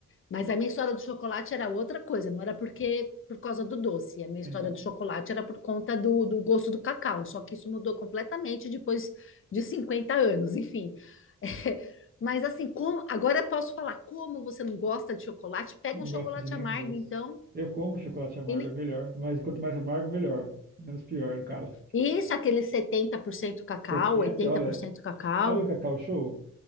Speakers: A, on the left; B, on the right.
A: Mas a minha história do chocolate era outra coisa, não era porque por causa do doce. A minha história
B: então,
A: do chocolate era por conta do, do gosto do cacau. Só que isso mudou completamente depois de 50 anos, enfim. <laughs> Mas assim, como agora eu posso falar, como você não gosta de chocolate? Pega
B: não
A: um chocolate
B: gosto de nenhum
A: amargo,
B: doce.
A: então.
B: Eu como chocolate amargo,
A: E ne-
B: é melhor. Mas quanto mais amargo, melhor. Menos pior, no caso.
A: Isso, aquele 70% cacau,
B: 70,
A: 80%
B: olha,
A: cacau.
B: Sabe o Cacau Show?